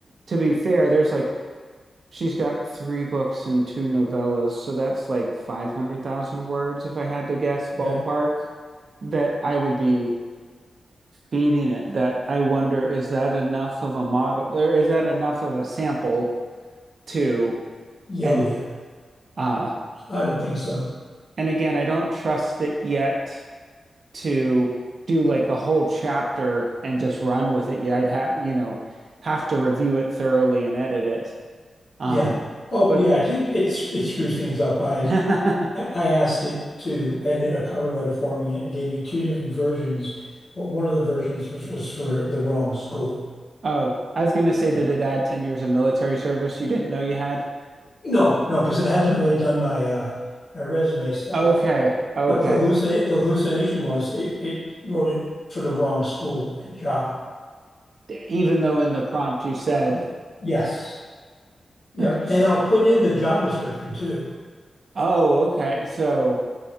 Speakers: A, on the right (about 60°); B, on the left (about 60°).
A: to be fair, there's like she's got three books and two novellas, so that's like 500,000 words if I had to guess
B: Yeah.
A: ballpark that I would be feeding it. That I wonder is that enough of a model or is that enough of a sample to
B: Yeah,
A: and
B: Oh, yeah.
A: uh
B: I would think so.
A: and again, I don't trust it yet to do like a whole chapter and just run with it yet. I'd have, you know, have to review it thoroughly and edit it. Um,
B: Yeah. Oh,
A: but
B: yeah. It it, it screws things up. I
A: <laughs>
B: I asked it to edit a cover letter for me, and gave me two different versions, but one of the versions was was for the wrong school.
A: oh, I was gonna say,
B: It
A: did it add 10 years of military service you didn't know you had?
B: No, no, because it hasn't really done my uh my resume stuff.
A: Okay, okay.
B: But the hallucinate the hallucination was it it wrote it for the wrong school and job.
A: D- Even though in the prompt you said,
B: Yes. yeah,
A: <laughs>
B: And I'll put in the job description too.
A: oh, okay, so